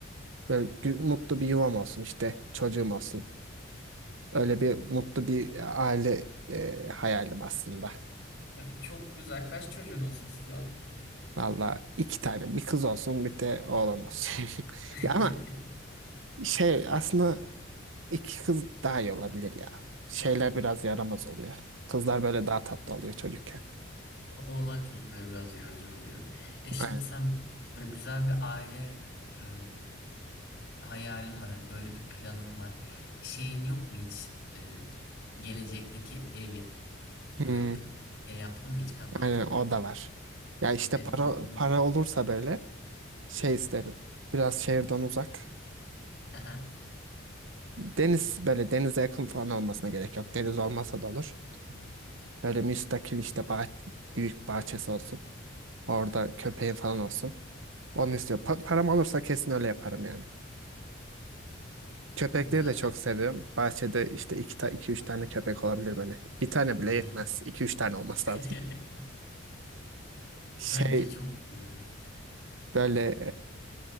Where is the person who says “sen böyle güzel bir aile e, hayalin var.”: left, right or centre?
Left